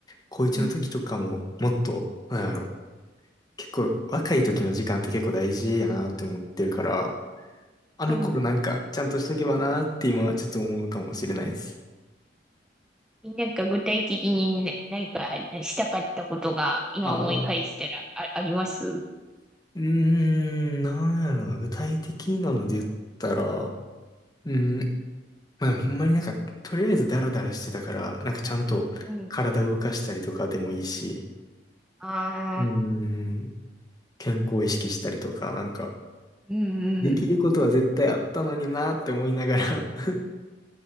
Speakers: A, on the left; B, in the centre.
A: 高1の時とかももっと、
B: うん
A: なんやろ、結構若い時の時間って結構大事やなって思ってるから、あの頃なんかちゃんとしとけばなって今はちょっと思うかもしれないです。
B: はい。なんか具体的にな何かしたかったことが今思い返したらあ、
A: ああ、
B: あります
A: うーん、なんやろな、具体的なので言ったら、うん、まあでもほんまになんか、とりあえずダラダラしてたから、なんかちゃんと体動かしたりとかでもいいし、
B: はい。ああ、
A: うーん、健康意識したりとか、なんか、
B: うんうん。
A: できることは絶対あったのになって思いながら <laughs>